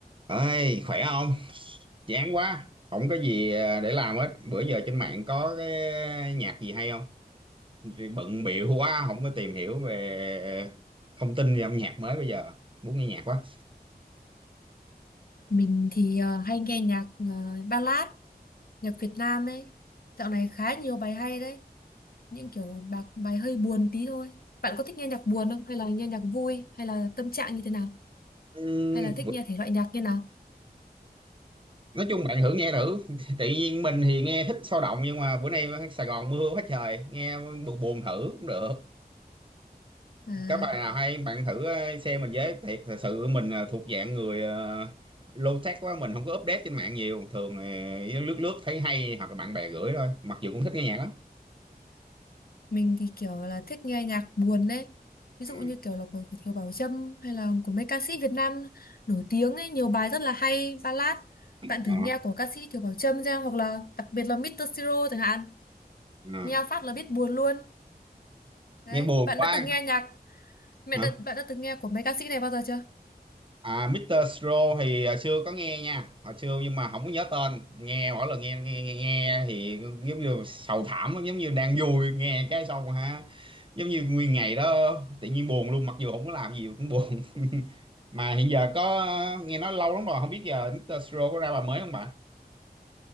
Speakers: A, on the right (about 30°); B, on the left (about 65°).
A: ơi khỏe không chán quá không có gì à, để làm hết bữa giờ trên mạng có cái nhạc gì hay không Vì bận bịu quá không có tìm hiểu về ờ, thông tin về âm nhạc mới bây giờ muốn nghe nhạc quá
B: Mình thì ờ, hay nghe nhạc ờ, ballad, nhạc Việt Nam ấy. Dạo này khá nhiều bài hay đấy. Những kiểu bạc bài hơi buồn tí thôi. Bạn có thích nghe nhạc buồn không? Hay là nghe nhạc vui? Hay là tâm trạng như thế nào?
A: Ừm,
B: Hay là thích
A: bữa-
B: nghe thể loại nhạc như nào?
A: nói chung bạn thử nghe thử <laughs> tự nhiên mình thì nghe thích sôi động nhưng mà bữa nay Sài Gòn mưa quá trời nghe buồn buồn thử cũng được
B: À,
A: các bài nào hay bạn thử ờ, xem mình với thiệt thật sự mình ờ, thuộc dạng người uh, low tech quá mình không có update trên mạng nhiều thường là lướt lướt thấy hay hoặc là bạn bè gửi thôi mặc dù cũng thích nghe nhạc lắm
B: mình thì kiểu là thích nghe nhạc buồn đấy. Ví dụ
A: ừ.
B: như kiểu là của Thiều Bảo Trâm hay là của mấy ca sĩ Việt Nam nổi tiếng ấy. Nhiều bài rất là hay, ballad. Bạn
A: Ờ,
B: thử nghe của ca sĩ Thiều Bảo Trâm ra hoặc là đặc biệt là Mr. Siro chẳng hạn.
A: ờ.
B: Nghe phát là biết buồn luôn. Đấy,
A: nghe buồn
B: bạn
A: quá
B: đã từng nghe nhạc mẹ
A: hả
B: đã, bạn đã từng nghe của mấy ca sĩ này bao giờ chưa?
A: à Mr. Sro thì hồi xưa có nghe nha hồi xưa nhưng mà không có nhớ tên nghe mỗi lần nghe nghe nghe, nghe thì giống như sầu thảm lắm, giống như đang vui nghe cái xong ha giống như nguyên ngày đó tự nhiên buồn luôn mặc dù không có làm gì cũng buồn <laughs> mà hiện giờ có nghe nói lâu lắm rồi không biết giờ Mr. Siro có ra bài mới không bạn